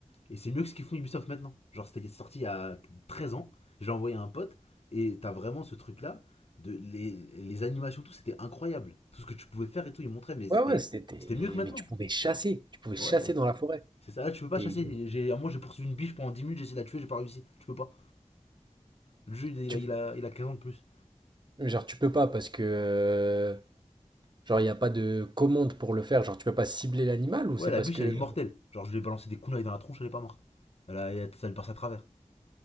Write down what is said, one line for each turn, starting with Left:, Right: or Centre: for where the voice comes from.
Left: Et c'est mieux que ce qu'ils font Ubisoft maintenant. Genre, c'était sorti il y a 13 ans, j'ai envoyé à un pote, et t'as vraiment ce truc-là, de les, les animations, tout, c'était incroyable. Tout ce que tu pouvais faire et tout, ils montraient, mais c'était
Right: Ouais, ouais, c'était
Left: c'était mieux que maintenant.
Right: mais tu pouvais chasser, tu pouvais
Left: Ouais,
Right: chasser dans la forêt.
Left: c'est ça, là, tu peux pas
Right: Et
Left: chasser. J'ai, moi, j'ai poursuivi une biche pendant 10 minutes, j'ai essayé de la tuer, j'ai pas réussi. Tu peux pas. Le jeu, il
Right: tu
Left: a, il a, il a 15 ans de plus.
Right: genre tu peux pas parce que euh, genre il n'y a pas de commande pour le faire, genre tu peux pas cibler l'animal ou
Left: Ouais,
Right: c'est
Left: la
Right: parce
Left: biche,
Right: que
Left: elle est immortelle. Genre, je lui ai balancé des kunai dans la tronche, elle est pas morte. Elle a- elle- ça lui passe à travers.